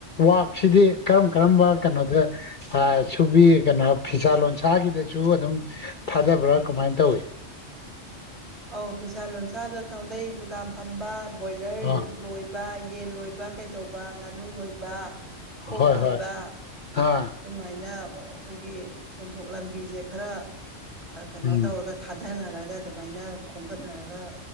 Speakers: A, on the left (about 45°); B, on the right (about 40°).
A: ꯋꯥꯛꯁꯤꯗꯤ ꯀꯔꯝ ꯀꯔꯝꯕ ꯀꯩꯅꯣꯗ ꯑ ꯁꯨꯕꯤ ꯀꯩꯅꯣ ꯐꯤꯁꯥ ꯂꯣꯟꯁꯥꯒꯤꯗꯁꯨ ꯑꯗꯨꯝ ꯊꯥꯗꯕ꯭ꯔꯥ ꯀꯃꯥꯏꯟ ꯇꯧꯋꯤ
B: ꯑꯧ ꯐꯤꯁꯥ ꯂꯣꯟꯁꯥꯗ ꯊꯧꯗꯩ ꯗꯨꯀꯥꯟ ꯐꯝꯕ ꯕꯣꯏꯂꯔ
A: ꯑꯥ
B: ꯂꯣꯏꯕ ꯌꯦꯟ ꯂꯣꯏꯕ ꯀꯩꯗꯧꯕ ꯉꯥꯅꯨ ꯂꯣꯏꯕ ꯑꯣꯛ
A: ꯍꯣꯏ
B: ꯂꯣꯏꯕ
A: ꯍꯣꯏ ꯍꯥ
B: ꯑꯗꯨꯃꯥꯏꯅ ꯑꯩꯈꯣꯏꯒꯤ ꯁꯦꯟꯊꯣꯛ ꯂꯝꯕꯤꯁꯦ ꯈꯔ ꯑ ꯀꯩꯅꯣ
A: ꯎꯝ
B: ꯇꯧꯔꯒ ꯊꯥꯗꯅꯔꯒ ꯑꯗꯨꯃꯥꯏꯅ ꯈꯣꯝꯒꯠꯅꯔꯒ